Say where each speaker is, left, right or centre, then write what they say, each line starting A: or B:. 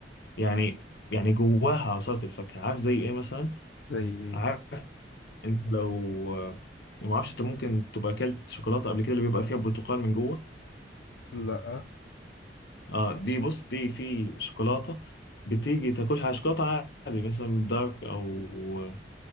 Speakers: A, on the left; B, on the left.
A: يعني يعني جواها عصارة الفاكهة عارف زي ايه مثلا
B: زي ايه
A: عارف انت لو يعني ما اعرفش انت ممكن تبقى اكلت شوكولاتة قبل كده اللي بيبقى فيها برتقال من جوه
B: لا
A: اه دي بص دي في شوكولاتة بتيجي تاكلها على شوكولاتة عادي مثلا دارك او